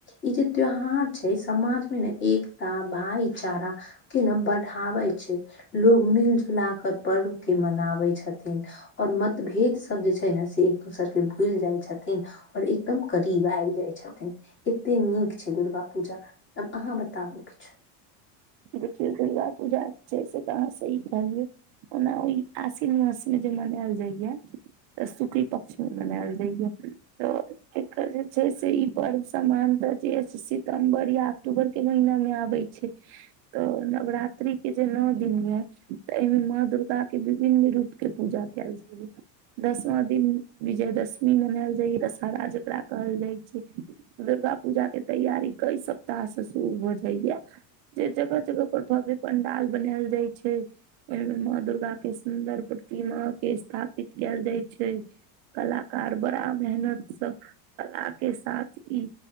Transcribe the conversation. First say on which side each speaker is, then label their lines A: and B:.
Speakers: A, on the left (about 25°); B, on the right (about 55°).
A: इ जे त्योहार छै समाज मे ने एकता भाईचारा के ने बढ़ाबे छै, लोग मिल जुला कर पर्व के मनावे छथिन और मतभेद सब जे छै ने से एक दोसर के भूलि जाय छथिन और एकदम करीब आबि जाय छथिन, एते नीक छै दुर्गा पूजा अब अहाँ बताबू किछु।
B: देखियौ दुर्गा पूजा जे छै से तऽ अहाँ सही कहलियै ओना ओहि आश्विन मासमे जे मनायल जाइया तऽ शुक्ल पक्षमे मनायल जाइया तऽ एकर जे छै से ई पर्व सामान्यतः जे सितम्बर या अक्टूबरके महीनामे आबै छै। तऽ नवरात्रिक के जे नओ दिन या तऽ एहिमे माँ दुर्गाक के विभिन्न रूप के पूजा कायल जाइया, दसमा दिन विजय दशमी मनायल जाइया दशहरा जेकरा कहल जाइ छै, दुर्गा पूजा के तैयारी कई सप्ताह से शुरू भऽ जाइया जे जगह जगह पर भव्य पंडाल बनायल जाय छै, ओहि मे माँ दुर्गा के सुन्दर प्रतिमा के स्थापित कायल जाय छै, कलाकार बड़ा मेहनत स कला के साथ इ